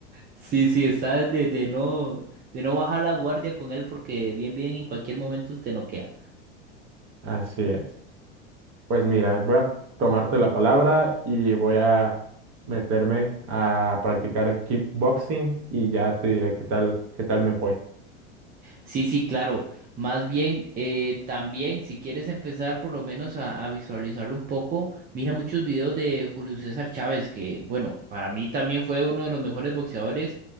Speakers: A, on the right; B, on the right.
A: Sí, sí, está de, de no, de no bajar la guardia con él porque bien, bien en cualquier momento te noquea.
B: Así es. Pues mira, voy a tomarte la palabra y voy a meterme a practicar kickboxing y ya te diré qué tal, qué tal me fue.
A: Sí, sí, claro. Más bien, eh, también, si quieres empezar por lo menos a, a visualizarlo un poco, mira muchos videos de Julio César Chávez, que bueno, para mí también fue uno de los mejores boxeadores.